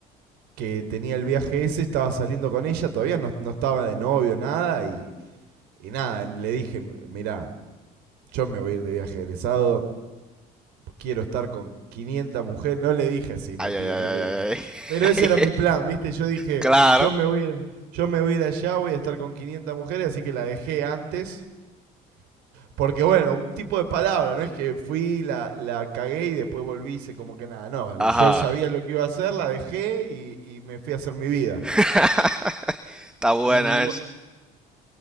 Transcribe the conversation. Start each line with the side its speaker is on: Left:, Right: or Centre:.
Right: que tenía el viaje ese, estaba saliendo con ella, todavía no, no estaba de novio, nada. Y, y nada, le dije, mirá, yo me voy a ir de viaje egresado, quiero estar con 500 mujeres. No le dije así, mentira,
Centre: Ay, ay, ay,
Right: no le dije.
Centre: ay,
Right: Pero ese
Centre: ay.
Right: era mi plan, ¿viste? Yo dije,
Centre: <laughs> Claro.
Right: yo me voy, a- ir- yo me voy a ir allá, voy a estar con 500 mujeres, así que la dejé antes. Porque bueno, un tipo de palabra, no es que fui, la, la cagué y después volví, hice como que nada, no,
Centre: Ajá.
Right: yo sabía lo que iba a hacer, la dejé y, y me fui a hacer mi vida.
Centre: <laughs> Está buena
Right: Y bu-
Centre: esa.